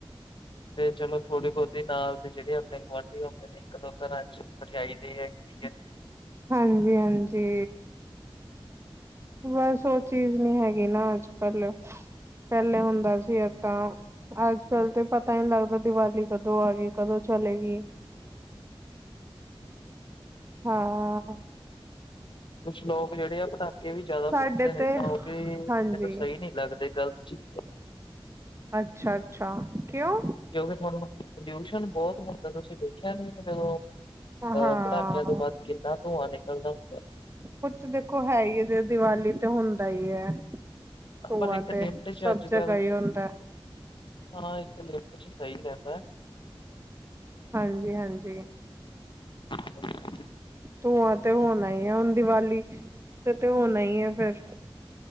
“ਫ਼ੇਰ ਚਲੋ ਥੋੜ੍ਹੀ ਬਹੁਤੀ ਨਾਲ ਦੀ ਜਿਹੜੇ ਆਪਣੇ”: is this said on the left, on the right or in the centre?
Left